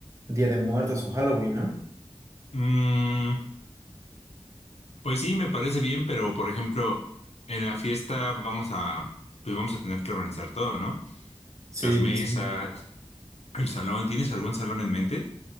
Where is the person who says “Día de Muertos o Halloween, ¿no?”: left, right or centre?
Right